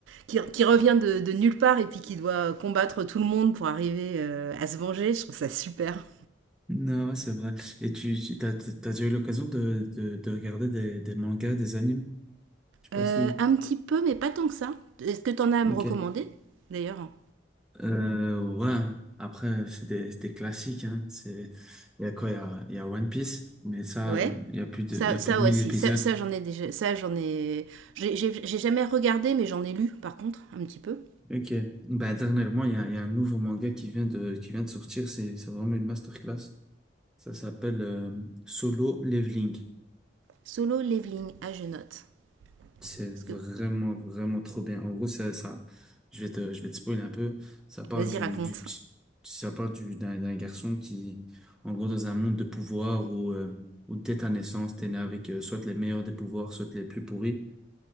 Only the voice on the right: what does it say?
qui, qui revient de, de nulle part et puis qui doit combattre tout le monde pour arriver euh, à se venger, je trouve ça super.
Euh,
un petit peu, mais pas tant que ça. Est-ce que t'en as à me
recommander, d'ailleurs?
Ouais.
Ça,
ça
aussi,
ça, ça j'en ai déjà, ça j'en ai, j'ai j'ai- j'ai jamais regardé, mais j'en ai lu par contre, un petit peu.
Solo Leveling, ah je note.
Parce que,
vas-y
raconte.